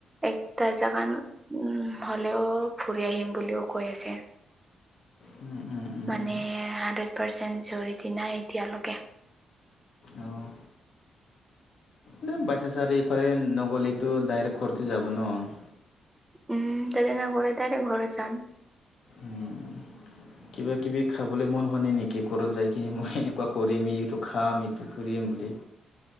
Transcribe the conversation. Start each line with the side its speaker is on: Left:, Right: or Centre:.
Right: একটা জাগান উম, হ'লেও ফুৰি আহিম বুলিও কৈ আছে।
Left: উম, উম, উম,
Right: মানে
Left: উম,
Right: হাণ্ড্ৰেড পাৰ্চেণ্ট জৰটি নাই এতিয়ালৈকে।
Left: অ'। ন' বাইচানচাৰি আৰু এইফালে নগ'লেতো ডাইৰেক্ট ঘৰতে যাব ন'।
Right: উম, তাতে নগ'লে ডাইৰেক্ট ঘৰত যাম।
Left: উম। কিবা কিবি খাবলৈ মন হোৱা নাই নেকি, ক'ৰত যাই কিনি মই এনেকুৱা কৰিম ইটো খাম, ইটো কৰিম বুলি।